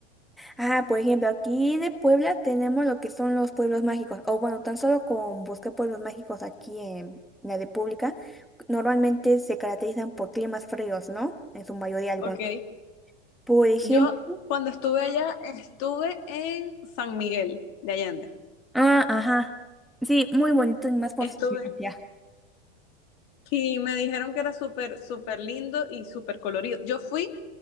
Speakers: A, in the centre; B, on the left.
A: Ah, por ejemplo, aquí de Puebla tenemos lo que son los pueblos mágicos, o bueno, tan solo con busqué pueblos mágicos aquí en la República, normalmente se caracterizan por climas fríos, ¿no? En su mayoría algunos.
B: Ok.
A: Por ejemplo,
B: Yo cuando estuve allá, estuve en San Miguel de Allende.
A: ah, ajá, sí, muy bonito, y más por
B: Estuve,
A: su ciencia.
B: Y me dijeron que era súper, súper lindo y súper colorido. Yo fui,